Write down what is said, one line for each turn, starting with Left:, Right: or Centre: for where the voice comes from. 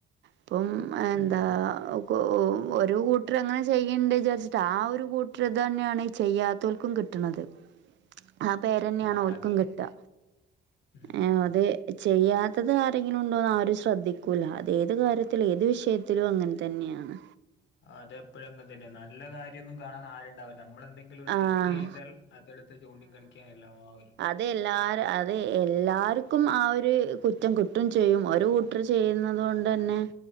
Right: ഇപ്പം എന്താ.
Left: ഉം
Right: കു ഊ ഒരു കൂട്ടര് അങ്ങനെ ചെയ്യ്ണ്ട് വിചാരിച്ചിട്ട് ആ ഒരു കൂട്ട്ര് തന്നെയാണ് ഈ ചെയ്യാത്തോൽക്കും കിട്ട്ണത്. ആ പേരെന്നേണ്
Left: ആഹ്
Right: ഓൽക്കും
Left: അതെ
Right: കിട്ടാ
Left: ഉം
Right: ഏ അത്. ചെയ്യാത്തത് ആരെങ്കിലുണ്ടോന്ന് ആരും ശ്രദ്ധിക്കൂല്ല അത് ഏത് കാര്യ ത്തില് ഏത് വിഷയത്തിലും അങ്ങൻതന്നെയാണ്.
Left: അതെപ്പഴും അങ്ങെൻതന്നെ നല്ല കാര്യൊന്നും കാണാൻ ആരു ണ്ടാവൂല നമ്മളെന്തെങ്കിലും ഒര്
Right: ആഹ്
Left: തെറ്റ് ചെയ്താൽ അതെടുത്ത് ചൂണ്ടിക്കാണിക്കാനെല്ലാവരു
Right: ഇത് എല്ലാര അതെ എല്ലാർക്കും ആ ഒരു കുറ്റം കിട്ടും ചെയ്യും ഒരു കൂട്ടർ ചെയ്യുന്ന. അതുകൊണ്ടെന്നെ
Left: ആഹ്